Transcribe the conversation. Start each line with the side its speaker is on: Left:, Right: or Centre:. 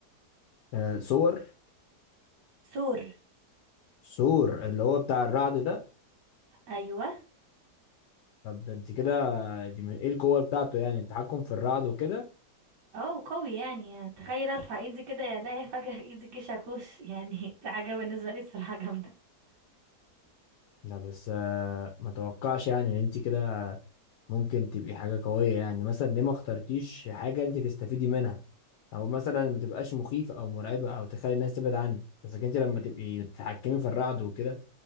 Left: آه، سور
Right: سور
Left: سور اللي هو بتاع الرعد ده
Right: ايوه
Left: طب ده انت كده آه، دي م- ايه القوة بتاعته يعني التحكم في الرعد وكده
Right: اه وقوي يعني, يعني تخيل ارفع ايدي كده يا الاقي فجأة <laughs> في ايدي الجيش اخوش يعني <laughs> دي حاجة بالنسبة لي الصراحة جامدة
Left: لا بس آه، ما توقعش يعني ان انت كده ممكن تبقي حاجة قوية يعني مثلا ليه ما اخترتيش حاجة انت تستفيدي منها او مثلا ما تبقاش مخيفه او مرعبه او تخلي الناس تبعد عنك بس لكن انت لما تبقي تتحكمي في الرعد وكده